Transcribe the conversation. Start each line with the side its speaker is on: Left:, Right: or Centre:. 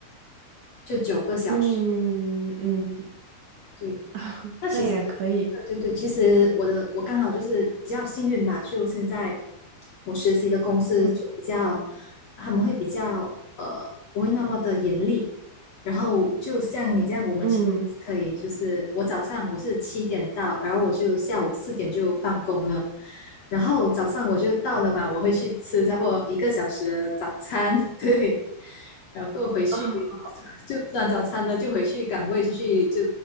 Left: 就九个小时，
Right: 嗯嗯，
Left: 对。
Right: <laughs>
Left: 那其实，
Right: 那也可以。
Left: 对对对，其实我的我刚好就是比较幸运吧，就现在我实习的公司就比较，
Right: 嗯
Left: 他们会比较呃不会那么的严厉，然后就像你这样，我们其实是可以就是我早上我是七点到，
Right: 嗯，
Left: 然后我就下午四点就放工了，然后早上我就到了嘛，我会去吃差不多一个小时的早餐，<laughs> 对，然后回去
Right: 啊，
Left: 就吃完早餐了，就回去岗位继续就